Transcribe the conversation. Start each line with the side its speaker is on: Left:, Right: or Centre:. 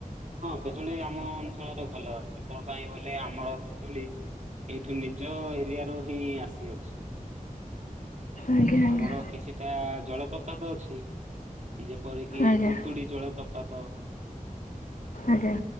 Right: ହଁ, ବିଜୁଳି ଆମ ଅଞ୍ଚଳରେ ଭଲ ଅଛି, କଣ ପାଇଁ ବୋଲେ ଆମର ବିଜୁଳି ଏଇଠୁ ନିଜ ଏରିଆ ରୁ ହିଁ ଆସିଅଛି।
Left: ଆଜ୍ଞା ଆଜ୍ଞା
Right: ଆମର କିଛିଟା ଜଳପ୍ରପାତ ଅଛି, ଯେପରିକି
Left: ଆଜ୍ଞା
Right: ପୁତୁଡ଼ି ଜଳପପ୍ ପ୍ରପାଦ।
Left: ଆଜ୍ଞା।